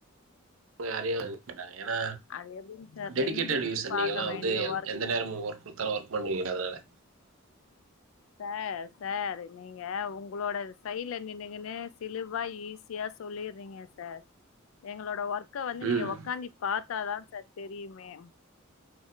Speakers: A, on the right; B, on the left.
A: யாரையு இது பண்ணாதிங்க ஏன்னா
B: அது எப்டிங்க சார்
A: டெடிகேட்டட்
B: ரெண்டு பேர்
A: யூசர்
B: பாக்க
A: நீங்க எல்லா
B: வேண்டிய
A: வந்து
B: ஒர்க்
A: எந்த நேரமு ஒர்க் குடுத்தாலு ஒர்க் பண்ணுவீங்க தான
B: சார் சார் நீங்க உங்ளோட சைட்ல நின்னுகுன்னு திலுவா ஈஸியா சொல்லிட்றீங்க சார் எங்களோட ஒர்க் க வந்து
A: ம்
B: நீங்க ஒக்காந்தி பாத்தாதா சார் தெரியுமே